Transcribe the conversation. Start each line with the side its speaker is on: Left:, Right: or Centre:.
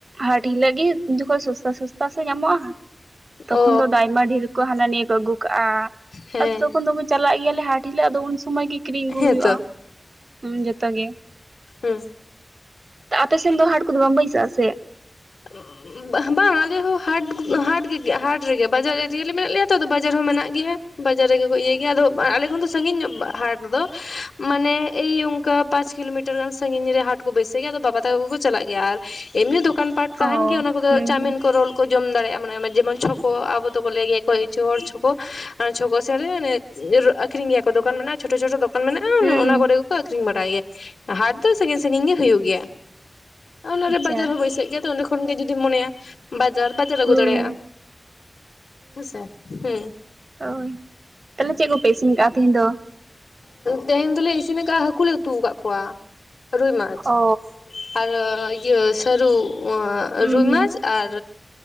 Right: ᱦᱟᱴ ᱦᱤᱞᱟᱹᱜ ᱜᱮ ᱡᱚᱠᱷᱚᱱ ᱥᱚᱥᱛᱟ ᱥᱚᱥᱛᱟ ᱥᱮ ᱧᱟᱢᱚᱜᱼᱟ᱾ ᱛᱚᱠᱷᱚᱱ
Left: ᱚ
Right: ᱫᱚ ᱟᱭᱢᱟ ᱰᱷᱮᱨ ᱠᱚ ᱦᱟᱱᱟ ᱱᱤᱭᱟᱹ ᱠᱚ ᱟᱹᱜᱩ ᱠᱟᱜᱼᱟ᱾
Left: ᱦᱮᱸ
Right: ᱟᱫᱚ ᱛᱚᱠᱷᱚᱱ ᱫᱚ ᱪᱟᱞᱟᱜ ᱜᱮᱭᱟᱞᱮ ᱦᱟᱴ ᱦᱤᱞᱳ ᱟᱫᱚ ᱩᱱ ᱥᱚᱢᱚᱭ ᱜᱮ ᱠᱤᱨᱤᱧ ᱟᱹᱜᱩ
Left: ᱦᱮᱸᱛᱚ
Right: ᱦᱩᱭᱩᱜᱼᱟ᱾ ᱦᱩᱸ ᱡᱚᱛᱚ ᱜᱮ᱾
Left: ᱦᱮᱸ᱾
Right: ᱟᱯᱮᱥᱮᱱ ᱫᱚ ᱦᱟᱴ ᱠᱚᱫᱚ ᱵᱟᱝ ᱵᱟᱹᱭᱥᱟᱹᱜ ᱟ ᱥᱮ?
Left: <unintelligible> ᱵᱟᱝ ᱟᱞᱮ ᱦᱚᱸ ᱦᱟᱴ ᱦᱟᱴ ᱦᱟᱴ ᱨᱮᱜᱮ ᱵᱟᱡᱟᱨ ᱮᱨᱤᱭᱟ ᱨᱮ ᱢᱮᱱᱟᱜ ᱞᱮᱭᱟ ᱛᱚ ᱵᱟᱡᱟᱨ ᱦᱚᱸ ᱢᱮᱱᱟᱜ ᱜᱮᱭᱟ᱾ ᱵᱟᱡᱟᱨ ᱨᱮᱜᱮ ᱠᱚ ᱤᱭᱟᱹᱭ ᱜᱮᱭᱟ ᱟᱫᱚ ᱟᱞᱮ ᱠᱷᱚᱱ ᱫᱚ ᱥᱟᱺᱜᱤᱧ ᱧᱚᱜ ᱦᱟᱴ ᱫᱚ ᱢᱟᱱᱮ ᱮᱭ ᱚᱱᱠᱟ ᱯᱟᱸᱪ ᱠᱤᱞᱳᱢᱤᱴᱟᱨ ᱜᱟᱱ ᱥᱟᱺᱜᱤᱧ ᱨᱮ ᱦᱟᱴ ᱠᱚ ᱵᱟᱹᱭᱥᱟᱹᱜ ᱜᱮᱭᱟ ᱟᱫᱚ ᱵᱟᱵᱟ ᱛᱟᱠᱚ ᱠᱚᱠᱚ ᱪᱟᱞᱟᱜ ᱜᱮᱭᱟ ᱟᱨ ᱮᱢᱱᱤ ᱫᱚᱠᱟᱱ ᱯᱟᱴ ᱛᱟᱦᱮᱱ
Right: ᱚ ᱦᱩᱸ
Left: ᱜᱮᱭᱟ ᱚᱱᱟ ᱠᱚᱫᱚ ᱪᱟᱣᱢᱤᱱ
Right: ᱦᱩᱸ
Left: ᱠᱚ ᱨᱳᱞ ᱠᱚ ᱡᱚᱢ ᱫᱟᱲᱮᱭᱟᱜᱼᱟ ᱢᱟᱱᱮ ᱡᱮᱢᱚᱱ ᱪᱷᱚᱠᱳ ᱟᱵᱚ ᱫᱚᱵᱚ ᱞᱟᱹᱭ ᱜᱮᱭᱟ ᱚᱠᱚᱭ ᱠᱤᱪᱷᱩ ᱦᱚᱲ ᱪᱷᱚᱠᱚᱳ ᱟᱨ ᱪᱷᱚᱠᱳ ᱥᱮᱱ ᱨᱮ ᱟᱠᱷᱨᱤᱧ ᱜᱮᱭᱟ ᱠᱚ ᱫᱚᱠᱟᱱ ᱢᱮᱱᱟᱜᱼᱟ ᱪᱷᱳᱴᱳ ᱪᱷᱳᱴᱳ ᱫᱚ ᱠᱟᱱ ᱢᱮᱱᱟᱜᱼᱟ
Right: ᱦᱩᱸ
Left: ᱚᱱᱟ ᱠᱚᱨᱮ ᱜᱮᱠᱚ ᱟᱹᱷᱨᱤᱧ ᱵᱟᱲᱟᱭ ᱜᱮᱭᱟ ᱦᱟᱴ ᱫᱚ ᱥᱟᱺᱜᱤᱧ ᱥᱟᱺᱜᱤᱧ ᱜᱮ ᱦᱩᱭᱩᱜ ᱜᱮᱭᱟ᱾ ᱚᱱᱟᱨᱮ
Right: ᱟᱪᱪᱷᱟ
Left: ᱵᱟᱡᱟᱨ ᱦᱚᱸ ᱵᱟᱹᱭᱥᱟᱹᱜ ᱜᱮᱭᱟ ᱛᱚ ᱚᱸᱰᱮ ᱠᱷᱚᱱᱜ ᱜᱮ ᱡᱩᱫᱤᱢ ᱢᱚᱱᱮᱭᱟ᱾ ᱵᱟᱡᱟᱨ ᱵᱟᱡᱟᱨ ᱟᱹᱜᱩ
Right: ᱦᱩᱸ
Left: ᱫᱟᱲᱮᱭᱟᱜᱼᱟ ᱟᱢ ᱦᱮᱸᱥᱮ, ᱦᱩᱸ᱾
Right: ᱳᱭ ᱛᱟᱦᱚᱞᱮ ᱪᱮᱫ ᱠᱚᱯᱮ ᱤᱥᱤᱱ ᱠᱟᱜᱼᱟ ᱛᱮᱦᱮᱧ ᱫᱚ?
Left: ᱛᱮᱦᱮᱧ ᱫᱚᱞᱮ ᱤᱥᱤᱱ ᱟᱠᱟᱫ ᱦᱟᱹᱠᱩ ᱞᱮ ᱩᱛᱩ ᱟᱠᱟᱫ ᱠᱚᱣᱟ ᱨᱩᱭ ᱢᱟᱡᱽ᱾
Right: ᱚ
Left: ᱟᱨ ᱤᱭᱟᱹ ᱥᱟᱹᱨᱩ
Right: ᱦᱩᱸ
Left: ᱨᱩᱭ
Right: ᱦᱩᱸ
Left: ᱢᱟᱡᱽ ᱟᱨ